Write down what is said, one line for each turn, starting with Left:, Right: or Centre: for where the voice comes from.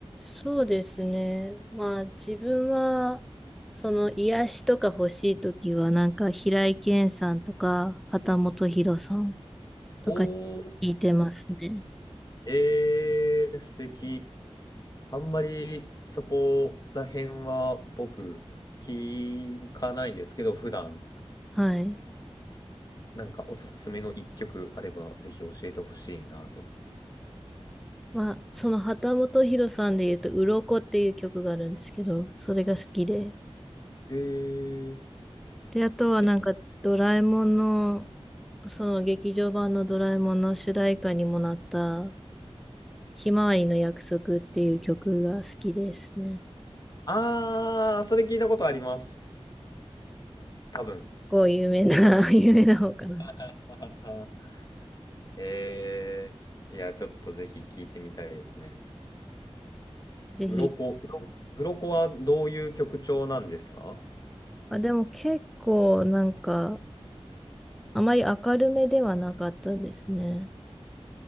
Centre: そうですね。まあ自分は、その癒しとか欲しいときは、なんか平井堅さんとか、畑本博さんとか聞
Left: おー
Centre: いてますね。
Left: ええ素敵。あんまりそこら辺は僕聞かないんですけど、普段
Centre: はい。
Left: なんかおすすめの一曲あればぜひ教えてほしいなと。
Centre: まあその畑本博さんで言うと、鱗っていう曲があるんですけど、それが好きで、
Left: ええ
Centre: で、あとはなんか、
Left: け
Centre: ドラえもんの、その劇場版のドラえもんの主題歌にもなった、ひまわりの約束っていう曲が好きですね。
Left: ああー、それ聞いたことあります。多分。
Centre: こう有名な、<laughs> 有名な方かな。
Left: <laughs> はははええいや、ちょっとぜひ聞いてみたいですね。
Centre: ぜひ。
Left: うろこ、うろ、うろこはどういう曲調なんですか
Centre: あ、でも結構なんか、あまり明るめではなかったですね。